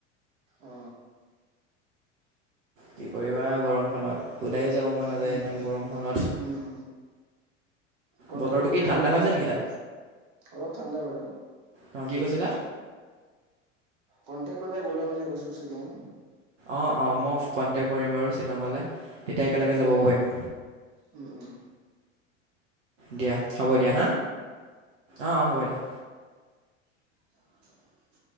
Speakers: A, on the right; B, on the right.
A: অ
B: কি কৰিবা আৰু গৰমখনত, ওলাইও যাব মন নাযায়
A: উম
B: ইমান গৰমখনত।
A: উম। কণ্টেক্ট
B: বতৰটো
A: কৰিব
B: কি ঠাণ্ডা
A: গ'লে
B: হৈছে
A: মানে,
B: নেকি তাত
A: অলপ ঠাণ্ডা বাৰু।
B: অ', কি কৈছিলা?
A: কণ্টেক্ট কৰিব গ'লে মানে কৈছোঁ শ্বিলং।
B: অ', অ', মই কণ্টেক্ট কৰিম বাৰু শ্বিলঙ গ'লে, এতিয়া একেলগে
A: উম,
B: যাবগৈ পাৰিম।
A: উম, উম।
B: দিয়া হ'ব দিয়া হা। অ', অ' হ'ব দিয়া।
A: <unintelligible>